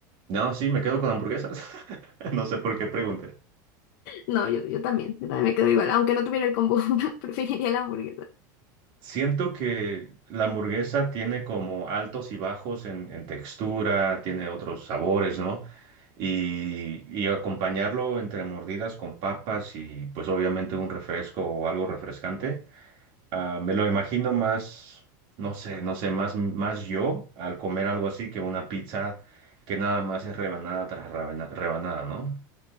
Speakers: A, on the right (about 50°); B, on the left (about 60°).
A: no, sí, me quedo con hamburguesas. <laughs> No sé por qué pregunté.
B: No, yo, yo también, yo también me quedo igual. Aunque no tuviera el combo, <laughs> preferiría la hamburguesa.
A: Siento que la hamburguesa tiene como altos y bajos en, en textura, tiene otros sabores, ¿no? Y, y acompañarlo entre mordidas con papas y pues obviamente un refresco o algo refrescante. Ah, me lo imagino más, no sé, no sé, más, más yo al comer algo así que una pizza que nada más es rebanada tras rebana- rebanada, ¿no?